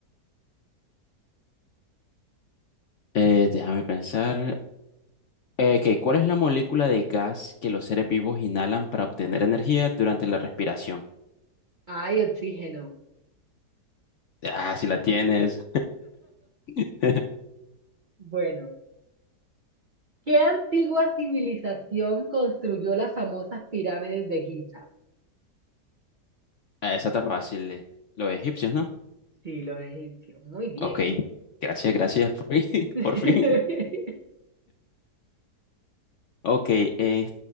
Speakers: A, on the left; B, on the right.
A: eh, déjame pensar. Eh, ok, ¿cuál es la molécula de gas que los seres vivos inhalan para obtener energía durante la respiración?
B: Ay, oxígeno.
A: Ah, si la tienes. <laughs>
B: Bueno, ¿qué antigua civilización construyó las famosas pirámides de Giza?
A: Ah, esa está fácil. eh. Los egipcios, ¿no?
B: Sí, los egipcios. Muy bien.
A: Ok, gracias, gracias, por fin,
B: <laughs>
A: <laughs> por fin. Ok, eh,